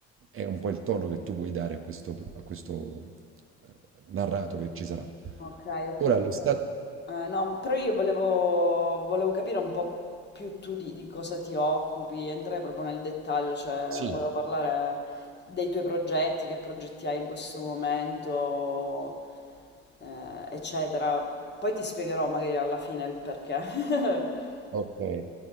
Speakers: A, on the right (about 40°); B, on the left (about 35°).
A: è un po' il tono che tu vuoi dare a questo, a questo, eh, narrato che ci sarà.
B: Ok, ho capito.
A: Ora lo stato...
B: Eh, no, però io volevo, volevo capire un po' più tu di, di cosa ti occupi, entrare proprio nel dettaglio, cioè
A: Sì,
B: volevo parlare dei tuoi progetti, che progetti hai in questo momento, eh, eccetera. Poi ti spiegherò magari alla fine il perché. <laughs>
A: ok.